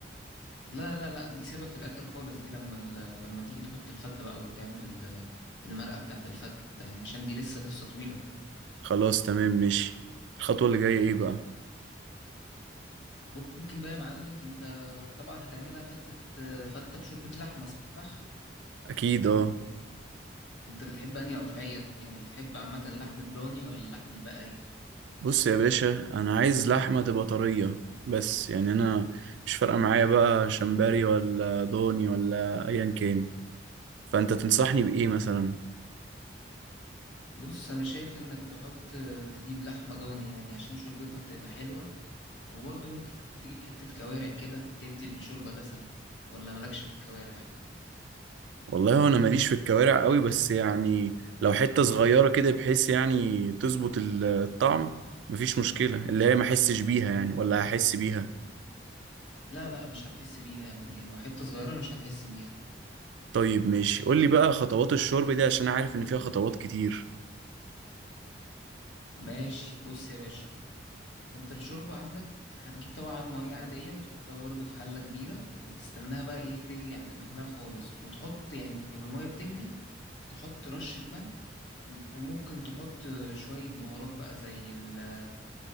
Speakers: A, on the left; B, on the right.
A: لا لا لا دي سيبها في الاخر خالص دي لما ال... لما تيجي تحط الفتة بقى وتعمل ال- المرقة بتاعت الفتة يعني عشان دي لسه قصة طويلة
B: خلاص تمام ماشي الخطوة اللي جاية ايه بقى
A: ممكن بقى يا معلم انت طبعا هتعملها فتة فتة بشوربة لحمة صح؟
B: اكيد اه
A: انت بتحب انهي قطعية؟ يعني بتحب عامة اللحم الضاني ولا اللحم البقري؟
B: بص يا باشا انا عايز لحمه تبقى طريه بس يعني انا مش فارقه معايا بقى شمبري ولا ضاني ولا ايا كان فانت تنصحني بايه مثلا
A: بص انا شايف انك تحط تجيب لحمة ضاني يعني عشان شوربتها بتبقى حلوة وبرضه ممكن تجيب حتة كوارع كده تدي للشوربة دسم ولا مالكش في الكوارع؟
B: والله هو انا ماليش في الكوارع قوي بس يعني لو حته صغيره كده بحيث يعني تظبط ال- الطعم مفيش مشكله اللي هي ما احسش بيها يعني ولا هحس بيها
A: لا لا مش هتحس بيها يعني لو حتة صغيرة مش هتحس بيها
B: طيب ماشي قول لي بقى خطوات الشرب دي عشان أنا عارف ان فيها خطوات كتير
A: ماشي بص يا باشا انت الشوربة عندك هتجيب طبعا مية عادية وتحطها برضو في حلة كبيرة وتستناها بقى ايه تغلي على مهلها خالص وتحط يعني والمية بتغلي تحط رشة ملح وممكن تحط شوية بهارات بقى زي العود